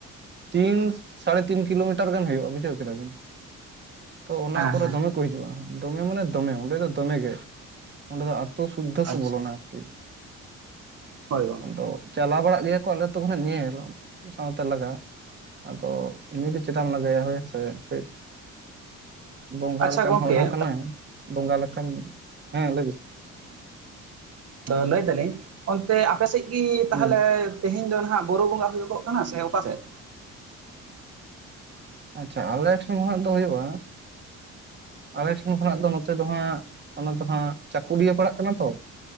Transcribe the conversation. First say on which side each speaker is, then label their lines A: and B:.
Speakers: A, on the right; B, on the right.
A: ᱛᱤᱱ ᱥᱟᱲᱮ ᱛᱤᱱ ᱠᱤᱞᱳᱢᱤᱴᱟ ᱜᱟᱱ ᱦᱩᱭᱩᱜᱼᱟ ᱵᱩᱡᱷᱟᱹᱣ ᱠᱮᱫᱟ ᱵᱤᱱ ᱛᱚ ᱚᱱᱟ
B: ᱦᱮᱸ
A: ᱠᱚᱨᱮ
B: ᱦᱮᱸ
A: ᱫᱚᱢᱮ ᱠᱚ ᱦᱤᱡᱩᱜᱼᱟ ᱫᱚᱢᱮ ᱢᱟᱱᱮ ᱫᱚᱢᱮ ᱚᱸᱰᱮ ᱫᱚᱢᱮ ᱜᱮ ᱚᱸᱰᱮ ᱫᱚ ᱟᱛᱚ ᱥᱩᱫᱽᱫᱷᱚ ᱠᱚ
B: ᱟᱪᱪᱷᱟ
A: ᱵᱚᱞᱚᱱᱟ ᱟᱨᱠᱤ ᱾
B: ᱦᱳᱭ ᱜᱚᱝᱠᱮ
A: ᱟᱫᱚ ᱪᱟᱞᱟᱣ ᱵᱟᱲᱟᱜ ᱜᱮᱭᱟ ᱠᱚ ᱟᱞᱮ ᱟᱛᱳ ᱠᱷᱚᱱᱟᱜ ᱧᱮᱞ ᱥᱟᱶᱛᱮ ᱞᱟᱜᱟ ᱾ ᱟᱫᱚ ᱩᱱᱤ ᱫᱚ ᱪᱮᱫᱟᱢ ᱞᱟᱜᱟᱭᱟ ᱦᱳᱭ ᱥᱮ ᱠᱟᱹᱡ ᱵᱚᱸᱜᱟ
B: ᱟᱪᱪᱷᱟ
A: ᱞᱮᱠᱟᱱ
B: ᱜᱚᱝᱠᱮ
A: ᱦᱚᱲ ᱦᱚᱸ ᱠᱟᱱᱟᱭ ᱵᱚᱸᱜᱟ ᱞᱮᱠᱟᱱ ᱦᱮᱸ ᱞᱟᱹᱭ ᱵᱤᱱ ᱾
B: ᱛᱚ ᱞᱟᱹᱭ ᱫᱟᱞᱤᱧ ᱚᱱᱛᱮ ᱟᱯᱮᱥᱮᱫ ᱜᱮ
A: ᱦᱩᱸ
B: ᱛᱟᱦᱚᱞᱮ ᱛᱮᱦᱮᱧ ᱫᱚ ᱦᱟᱜ ᱵᱩᱨᱩ ᱵᱚᱸᱜᱟ ᱦᱩᱭᱩᱜᱚᱜ ᱠᱟᱱᱟ ᱥᱮ ᱚᱠᱟᱥᱮᱫ?
A: ᱟᱪᱪᱷᱟ ᱟᱞᱮ ᱴᱷᱮᱱ ᱠᱷᱱᱟᱜ ᱫᱚ ᱦᱩᱭᱩᱜᱼᱟ ᱟᱞᱮ ᱴᱷᱮᱱ ᱠᱷᱚᱱᱟᱜ ᱫᱚ ᱱᱚᱛᱮ ᱫᱚ ᱦᱟᱸᱜ ᱚᱱᱟ ᱫᱚ ᱦᱟᱸᱜ ᱪᱟᱹᱠᱩᱞᱤᱭᱟᱹ ᱯᱟᱲᱟᱜ ᱠᱟᱱᱟ ᱛᱚ